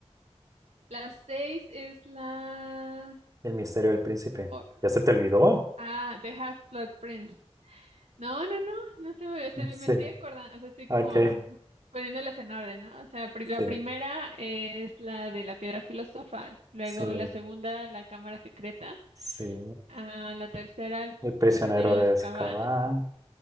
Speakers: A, on the right; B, on the right.
A: La seis es la...
B: El misterio del príncipe.
A: o-
B: ¿Ya se te olvidó?
A: ah, The Half-Blood Prince. No, no, no, no se me, se-
B: Sí.
A: me estoy acordando, o sea, estoy
B: Ok.
A: como poniéndolas en orden, ¿no? O sea, pri- la
B: Sí.
A: primera es la de la piedra filosofal, luego
B: Sí,
A: la segunda, la cámara secreta,
B: sí.
A: ah, la tercera, el
B: El prisionero
A: prisionero de
B: de
A: Azkaban,
B: Azkaban.